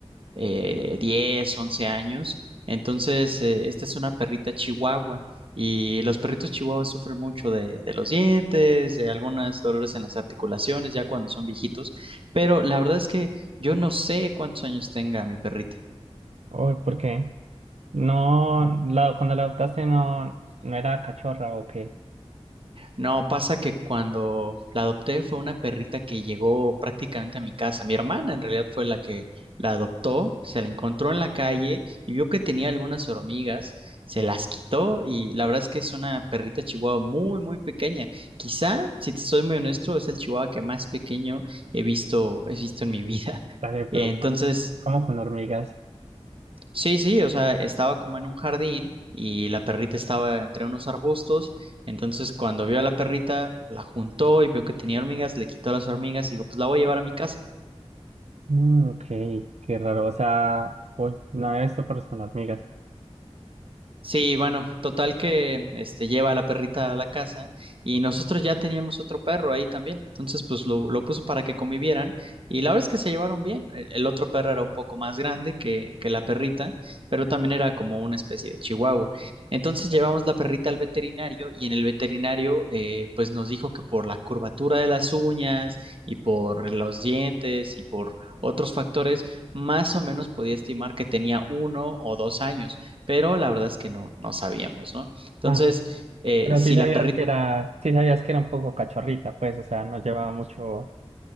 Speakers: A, on the right; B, on the right.
A: eh, 10, 11 años. Entonces, eh, esta es una perrita chihuahua y los perritos chihuahuas sufren mucho de, de los dientes, de algunos dolores en las articulaciones ya cuando son viejitos, pero la verdad es que yo no sé cuántos años tenga mi perrita.
B: Uy, ¿por qué? No, la, cuando la adoptaste no, no era cachorra o qué.
A: No, pasa que cuando la adopté fue una perrita que llegó prácticamente a mi casa. Mi hermana en realidad fue la que la adoptó, se la encontró en la calle y vio que tenía algunas hormigas, se las quitó y la verdad es que es una perrita chihuahua muy, muy pequeña. Quizá, si te soy muy honesto, es el chihuahua que más pequeño he visto, he visto en mi vida.
B: Dale,
A: <laughs>
B: pero
A: Entonces,
B: con- ¿cómo con hormigas?
A: Sí, sí, o sea, estaba como en un jardín y la perrita estaba entre unos arbustos, entonces cuando vio a la perrita, la juntó y vio que tenía hormigas, le quitó las hormigas y dijo, pues la voy a llevar a mi casa.
B: Mm, ok, qué raro. O sea, uy, no había visto perros con hormigas.
A: Sí, bueno, total que este lleva a la perrita a la casa y nosotros ya teníamos otro perro ahí también. Entonces, pues lo, lo puso para que convivieran y la verdad es que se llevaron bien. El, el otro perro era un poco más grande que, que la perrita, pero también era como una especie de chihuahua. Entonces
B: Ok.
A: llevamos la perrita al veterinario y en el veterinario eh, pues nos dijo que por la curvatura de las uñas y por los dientes y por otros factores, más o menos podía estimar que tenía uno o dos años pero la verdad es que no, no sabíamos, ¿no? Entonces,
B: Ah,
A: eh,
B: pero
A: si
B: sí sabías
A: la perrita,
B: que era, sí sabías que era un poco cachorrita, pues, o sea, no llevaba mucho.